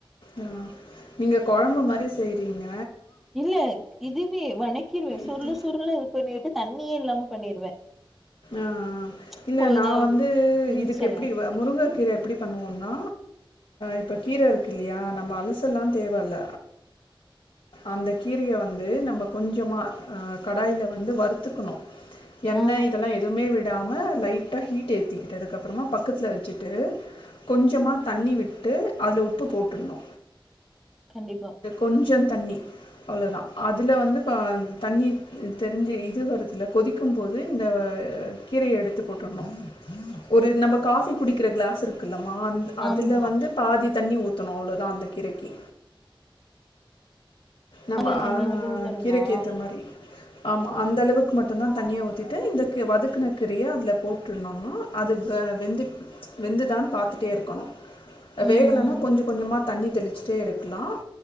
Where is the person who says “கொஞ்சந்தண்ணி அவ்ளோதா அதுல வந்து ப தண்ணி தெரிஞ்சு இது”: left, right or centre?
Left